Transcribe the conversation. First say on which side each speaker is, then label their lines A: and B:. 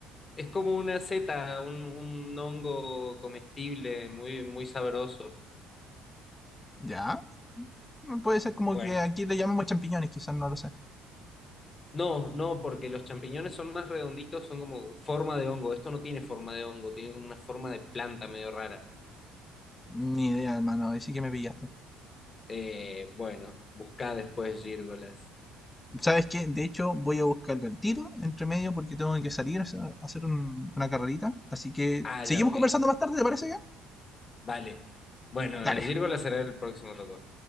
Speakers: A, on the left; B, on the left.
A: Es como una seta, un, un hongo comestible muy, muy sabroso.
B: ¿Ya? Puede ser como
A: Bueno,
B: que aquí le llamamos champiñones, quizás no lo sé.
A: No, no, porque los champiñones son más redonditos, son como forma de hongo. Esto no tiene forma de hongo, tiene como una forma de planta medio rara.
B: Ni idea, hermano. Ahí sí que me pillaste.
A: Eh, bueno, buscá después gírgolas.
B: ¿Sabes qué? De hecho, voy a buscarlo al tiro, entre medio, porque tengo que salir a hacer a hacer un- una carrerita. Así que,
A: Ah,
B: ¿seguimos
A: ya, ok.
B: conversando más tarde? ¿Te parece bien?
A: Vale. Bueno,
B: Dale,
A: las gírgolas será el próximo toco.